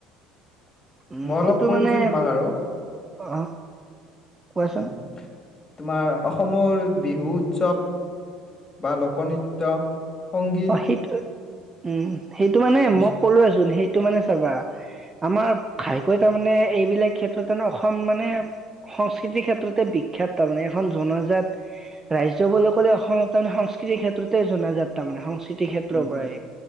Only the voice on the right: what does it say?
উম,
সেইটো
মানে,
অঁ কোৱাচোন।
অঁ সেইটোৱে। উম সেইটো মানে
মই ক'লোৱেচোন সেই তো মানে চাবা, আমাৰ ঘাইকৈ তাৰমানে এইবিলাক ক্ষেত্ৰতে ন অসম মানে সংস্কৃতিৰ ক্ষেত্ৰতে বিখ্যাত তাৰমানে এখন জনাজাত ৰাজ্য বুলি ক'লে অসমক তাৰমানে সংস্কৃতিৰ ক্ষেত্ৰতে জনাজাত। তাৰমানে সংচি তি ক্ষেত্ৰৰ
পৰাই,